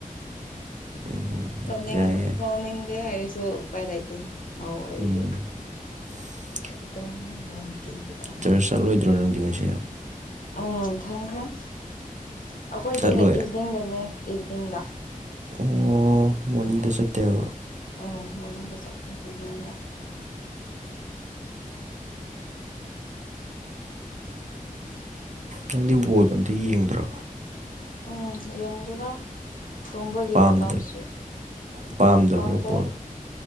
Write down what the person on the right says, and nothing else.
ꯎꯝ
ꯌꯥꯏ ꯌꯥꯏ
ꯎꯝ <unintelligible>
ꯆꯔꯁ ꯆꯠꯂꯣꯏꯗ꯭ꯔꯣ ꯅꯪ <unintelligible>
ꯆꯠꯂꯣꯏ
ꯑꯣ ꯃꯣꯔꯅꯤꯡꯗ ꯆꯠꯇꯦꯕ
ꯅꯪꯗꯤ ꯕꯣꯜꯗꯣ ꯑꯝꯇ ꯌꯦꯡꯗ꯭ꯔꯣ
ꯄꯥꯝꯗ꯭ꯔꯣ
ꯄꯥꯝꯗꯕ꯭ꯔꯣ
ꯕꯣꯜ